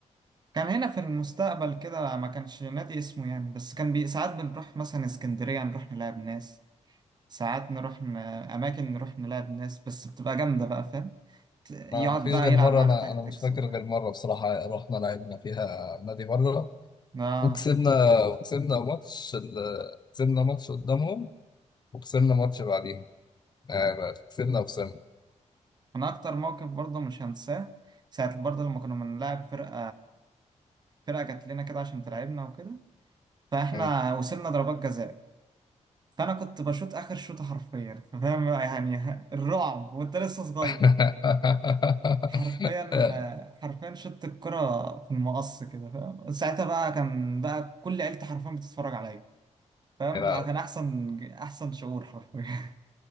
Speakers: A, on the right (about 35°); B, on the left (about 35°).
A: كان هنا في المستقبل كده ما كانش نادي اسمه يعني بس كان بي... ساعات بنروح مثلا اسكندرية نروح نلعب ناس ساعات نروح ن... أماكن نروح نلعب ناس بس بتبقى جامدة بقى فاهم ت- يقعد
B: انا مفيش
A: بقى
B: غير
A: يلعب
B: مره
A: معانا
B: انا
A: تاكتكس
B: انا مش فاكر
A: وحاجات
B: غير مره بصراحه رحنا لعبنا فيها نادي مره
A: آه
B: وكسبنا وكسبنا ماتش ال- كسبنا ماتش قدامهم وكسبنا ماتش بعدين آه، كسبنا وخسرنا
A: أنا أكتر موقف برضه مش هنساه ساعة برضه لما كنا بنلعب فرقة فرقة جات لنا كده عشان تلعبنا وكده فإحنا
B: آه.
A: وصلنا ضربات جزاء فأنا كنت بشوط آخر شوطة حرفيا فاهم يعني <laughs> الرعب وأنت لسه صغير
B: <laughs>
A: حرفيا آه، حرفيا شوت الكرة في المقص كده فاهم ساعتها بقى كان بقى كل عيلتي حرفيا بتتفرج عليا فاهم
B: لا
A: كان احسن احسن شعور حرفيا